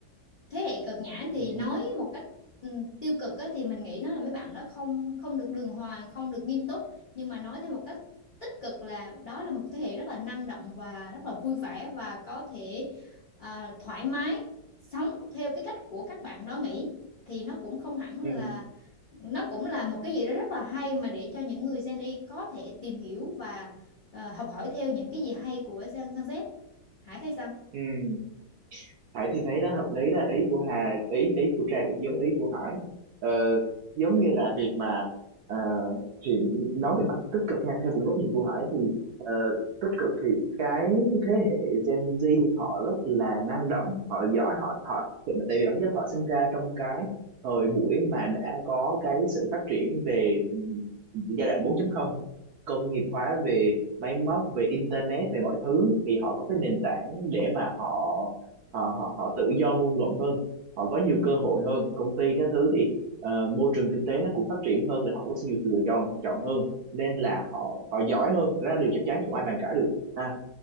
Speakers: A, on the left; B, on the right.
A: thế hệ cực nhã thì
B: ừ
A: nói một cách ừ, tiêu cực á, thì mình nghĩ nó là mấy bạn đó không không được đường hoàng không được nghiêm túc nhưng mà nói theo một cách tích cực là đó là một thế hệ rất là năng động và rất là vui vẻ và có thể à, thoải mái sống theo cái cách của các bạn đó nghĩ thì nó cũng không hẳn là
B: ừ
A: nó cũng là một cái gì đó rất là hay mà để cho những người Gen Y có thể tìm hiểu và ờ, học hỏi theo những cái gì hay của Gen Gen Z Hải thấy sao
B: ừ ừ. Hải thì thấy nó hợp lý đó ý của Hà ý ý của Trà cũng giống ý của Hải ờ, giống như là việc mà ờ, chuyện nói về mặt tích cực ha theo cũng góc nhìn của Hải thì ờ, tích cực thì cái thế hệ Gen Z họ rất là năng động họ giỏi họ họ tại vì bản chất họ sinh ra trong cái thời buổi mà đã có cái sự phát triển về ừ, giai đoạn 4.0 công nghiệp hóa về máy móc về internet về mọi thứ thì họ có cái nền tảng để mà họ họ họ họ tự do ngôn luận hơn họ có nhiều cơ hội hơn công ty các thứ thì ờ, môi trường kinh tế nó cũng phát triển hơn là họ có nhiều sự lựa chọn chọn hơn nên là họ họ giỏi hơn Đó là điều chắc chắn không ai bàn cãi được à,